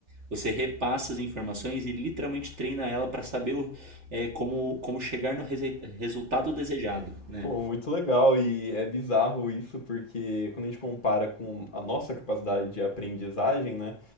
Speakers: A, on the right (about 65°); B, on the left (about 40°).
A: Você repassa as informações e literalmente treina ela para saber o- é, como, como chegar no rese- resultado desejado, né?
B: Pô, muito legal e é bizarro isso porque quando a gente compara com a nossa capacidade de aprendizagem, né,